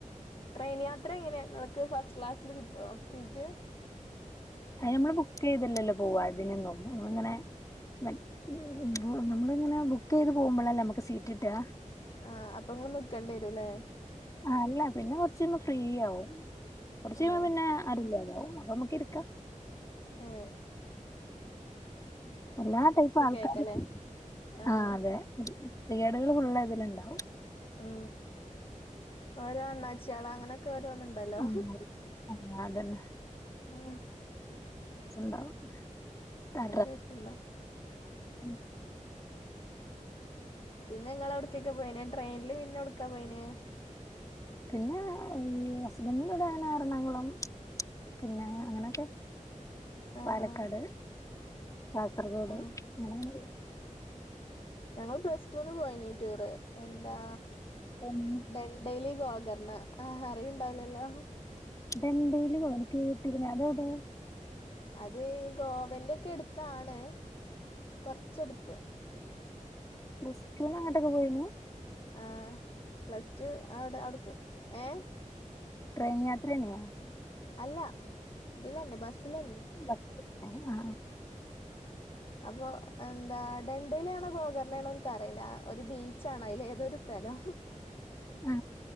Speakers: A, on the left; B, on the left.
A: ട്രെയിൻ യാത്രെങ്ങനെ ഇങ്ങക്ക് ഫസ്റ്റ് ക്ലാസില് കിട്ടോ സീറ്റ്
B: അയിന് മ്മള് ബുക്ക് ചെയ്തില്ലല്ലോ പോവാൻ തിനൊന്നും മ്മളിങ്ങനെ മറ്റ് നമ്മളിങ്ങനെ ബുക്ക് ചെയ്ത് പോവുമ്പളല്ലേ മ്മക്ക് സീറ്റ് കിട്ടാ
A: ആ അപ്പൊ ങ്ങള് നിക്കണ്ടിരും ല്ലേ
B: ആ അല്ല പിന്നെ കൊറച്ചയ്യുമ്പോ ഫ്രീയാവും കൊറച്ച് കയ്യുമ്പോ
A: ഏഹ്
B: പിന്നെ ആരും ഇല്ലാതാവും അപ്പമ്മക്ക് ഇരിക്ക
A: ഏ
B: എല്ലാ ടൈപ്പ് ആൾക്കാരും
A: കേക്കല്ലേ ആഹ്
B: ആ അതെ ത്തികേടുകള് ഫുള്ള് ഇതില്ണ്ടാവും
A: ഉംആ ഓരോ അണ്ണാച്ചികള് അങ്ങനൊക്കെ വ രോന്നുണ്ടല്ലോ
B: ഉം, ആ, അതന്നെ
A: ആ
B: ണ്ടാവും ആ
A: രസണ്ടാ
B: <unintelligible>
A: പിന്നെ ഇങ്ങള് എവിടെക്കൊക്കെ പോയീനെ ട്രെയിനില് പിന്നെ എവിട്ക്ക പോയീനേ
B: പിന്നെ ഏ ഹസ്ബൻറിന്റൂടെ അങ്ങനെ എറണാകുളം പിന്നെ അങ്ങനൊക്കെ
A: ആഹ്
B: പാലക്കാട്,
A: ആഹ്
B: കാസർഗോഡ്
A: ആഹ്
B: അങ്ങനങ്ങനെ പോയി
A: ഞങ്ങൾ പ്ലസ്ടൂന് പോയീന്ന് ടൂറ് എന്താ
B: അങ്ങനെ
A: ഡെണ്ടല് ഗോകർണ ആ അറിയുണ്ടാവ് ലല്ലോ
B: ഡെണ്ടയില് പോയോന്ന് കേട്ടിരുന്ന് അതെവിടെ
A: അത് ഈ ഗോവന്റൊക്കെടുത്താണ് കൊറച്ചെടുത്ത്
B: പ്ലസ്റ്റൂന് അങ്ങോട്ടൊക്കെ പോയീന്
A: ആ പ്ലസ്ടു അവിടെ അവിട്ക്ക് ഏ
B: ട്രെയിൻ യാത്ര യ്നോ
A: അല്ല ഇതിലെന്നെ ബസ്സിലെന്നെ
B: ബസ്. ആ ആ
A: അപ്പൊ എന്താ ഡെണ്ടയിലാണോ ഗോകർണാണോ ൻക്കറില്ല ഒരു ബീച്ചാണ് അയിലേതൊരു സ്ഥ ഹലോ
B: ആ